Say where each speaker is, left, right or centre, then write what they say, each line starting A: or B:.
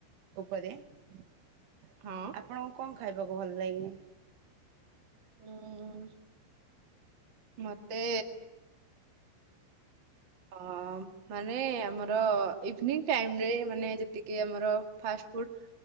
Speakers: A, on the right (about 70°); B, on the right (about 85°).
A: ଉପରେ। <inaudible>
B: ହଁ।
A: ଆପଣଙ୍କୁ କଣ ଖାଇବାକୁ ଭଲ ଲାଗେ?
B: ଉଁ ମତେ ଅ ମାନେ ଆମର ଇଭନିଙ୍ଗ୍ ଟାଇମ୍ ରେ ମାନେ ଯେତିକି ଆମର ଫାଷ୍ଟ ଫୁଡ୍।